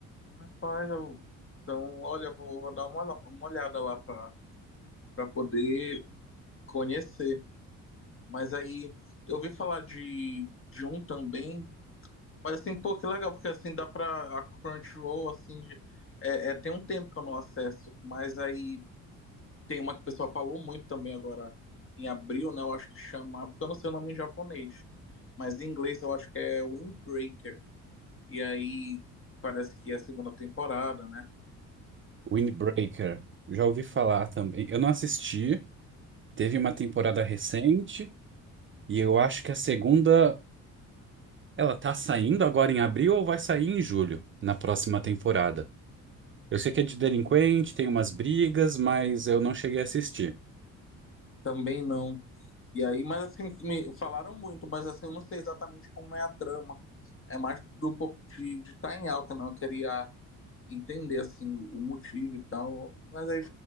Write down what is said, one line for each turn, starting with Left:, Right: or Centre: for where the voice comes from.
Left: Rapaz, eu... então, olha, vou, vou dar uma, uma olhada lá para poder conhecer. Mas aí eu ouvi falar de, de um também, mas assim, pô, que legal, porque assim dá pra. A Crunchyroll, assim, de- é, é, tem um tempo que eu não acesso, mas aí tem uma que o pessoal falou muito também agora em abril, né? Eu acho que chama, porque eu não sei o nome em japonês, mas em inglês eu acho que é Windbreaker. E aí parece que é a segunda temporada, né?
Right: Windbreaker. Já ouvi falar também. Eu não assisti, Teve uma temporada recente e eu acho que a segunda, ela tá saindo agora em abril ou vai sair em julho, na próxima temporada. Eu sei que é de delinquente, tem umas brigas, mas eu não cheguei a assistir.
Left: Também não. E aí, mas assim, me falaram muito, mas assim, eu não sei exatamente como é a trama. É mais do por- de estar em alta, não. Eu queria entender, assim, o motivo e tal. Mas aí,